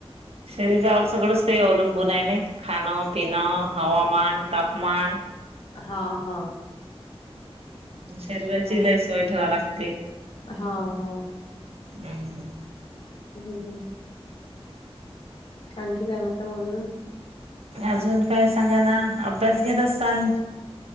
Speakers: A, on the right; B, on the left.
A: शरीरावर सगळंच काही अवलंबून आहे नाही खाणं पिणं हवामान तापमान
B: हा हा
A: शरीराची
B: हा
A: लय सोय ठेवा लागते
B: हा हा.
A: हम्
B: हम् आणखी काय म्हणता आजुन.
A: अजून काय सांगा ना अभ्यास घेत असाल.